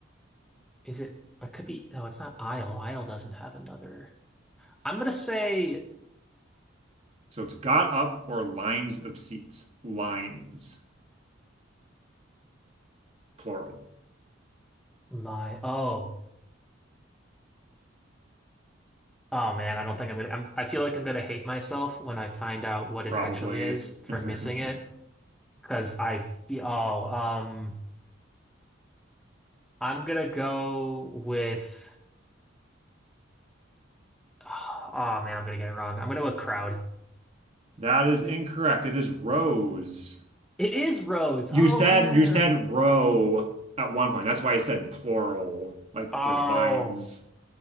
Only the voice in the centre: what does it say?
Is it? It could be. No, it's not aisle. Aisle doesn't have another. I'm gonna say
my. Oh, oh man, I don't think I'm gonna. I'm, I feel like I'm gonna hate myself when I find out what
it actually is for
missing it because I feel. Oh, um, I'm gonna go with. <sighs> Oh man, I'm gonna get it wrong. I'm gonna go with crowd.
It is rows.
Oh
man.
Oh.